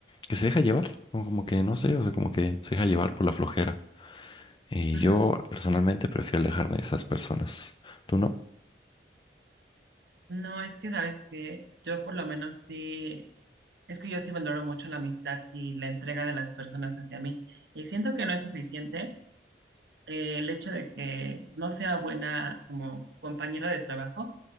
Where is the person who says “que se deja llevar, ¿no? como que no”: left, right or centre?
Left